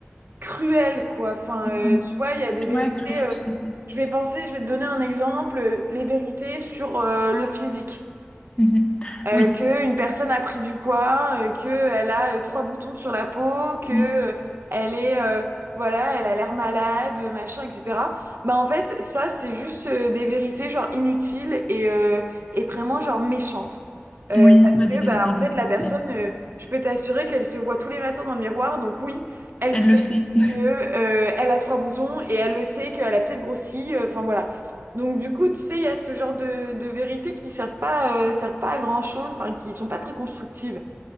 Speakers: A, on the right (about 55°); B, on the left (about 25°).
A: cruel, quoi. Enfin,
B: mhm.
A: euh, tu vois, il y a des vérités.
B: Ouais, cruel,
A: euh,
B: tout à fait.
A: je vais penser, je vais te donner un exemple, euh, les vérités sur euh, le physique
B: Mhm.
A: euh,
B: Oui.
A: que une personne a pris du poids, euh, que elle a euh, trois boutons sur la peau, que
B: Mhm.
A: euh, elle est euh, voilà, elle a l'air malade, euh, machin, etc. Bah en fait, ça c'est juste euh, des vérités genre inutiles et euh, et vraiment genre méchantes. Euh,
B: Oui,
A: parce
B: c'est pas du
A: que
B: vérité
A: bah
B: existentielle.
A: en fait la personne, euh, je peux t'assurer qu'elle se voit tous les matins dans le miroir, donc oui, elle
B: Elle
A: sait
B: le sait. <laughs>
A: que euh, elle a trois boutons et elle le sait qu'elle a peut-être grossi. euh, Enfin voilà, donc du coup, tu sais, il y a ce genre de, de vérités qui servent pas, euh, servent pas à grand-chose, enfin qui sont pas très constructives.